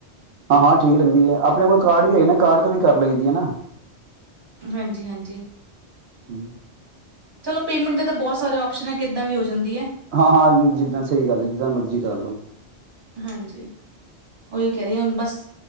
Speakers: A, on the right; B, on the right.
A: ਹਾਂ ਹਾਂ ਠੀਕ ਲੱਗਦੀ ਹੈ ਆਪਣੇ ਕੋਲ ਕਾਰਡ ਵੀ ਹੈਗੇ ਨਾ ਕਾਰਡ ਤੋਂ ਵੀ ਕਰ ਲਈਦੀ ਹੈ ਨਾ
B: ਹਾਂਜੀ ਹਾਂਜੀ
A: ਹਮ
B: ਚਲੋ ਪੇਮੈਂਟ ਦੇ ਤਾਂ ਬਹੁਤ ਸਾਰੇ ਓਪਸ਼ਨ ਹੈ ਕਿੱਦਾਂ ਵੀ ਹੋ ਜਾਂਦਾ
A: ਹਾਂ ਹਾਂ ਜਿੱਦਾਂ ਸਹੀ ਗੱਲ ਜਿੱਦਾਂ ਮਰਜ਼ੀ ਚਾਲੋ
B: ਹਾਂਜੀ ਉਹੀ ਕਹਿ ਰਹੀ ਹੁਣ ਬਸ